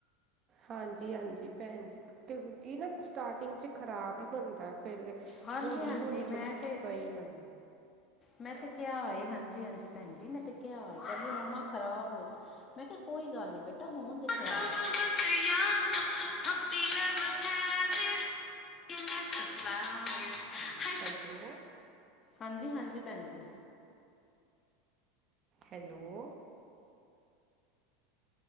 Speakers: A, on the right; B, on the left.
A: ਹਾਂਜੀ-ਹਾਂਜੀ ਭੈਨ ਜੀ ਕਿਉਂਕਿ ਨਾ ਸਟਾਰਟਿੰਗ ਚ ਖ਼ਰਾਬ ਈ ਬਨਦਾ ਫੇਰ,
B: ਹਾਂਜੀ
A: ਹੋਲੀ-ਹੋਲੀ
B: ਹਾਂਜੀ ਮੈਂ
A: ਬਚ
B: ਤੇ
A: ਸਈ ਹੁੰ
B: ਮੈਂ ਤੇ ਕਿਆ ਏ, ਹਾਂਜੀ-ਹਾਂਜੀ ਭੈਨਜੀ ਮੈਂ ਤੇ ਕਿਆ ਏ, ਕੈਂਦੀ ਮੰਮਾ ਖਰਾਬ ਹੋਜੇ ਮੈਂ ਕਿਆ ਕੋਈ ਗੱਲ ਨੀ ਬੇਟਾ ਹੋਨ ਦੇ ਖਰਾਬ <unintelligible> <inaudible> <inaudible>
A: ਹੈਲੋ।
B: ਹਾਂਜੀ-ਹਾਂਜੀ, ਭੈਨ ਜੀ।
A: ਹੈਲੋ।